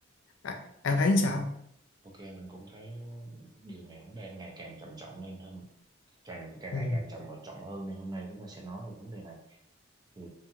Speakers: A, on the left; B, on the right.
A: À, An thấy sao?
B: Ok, mình cũng thấy điều này nó đang ngày càng trầm trọng lên hơn, càng càng
A: Ừ.
B: ngày càng trầm trọng hơn nên hôm nay chúng ta sẽ nói về vấn đề này. thì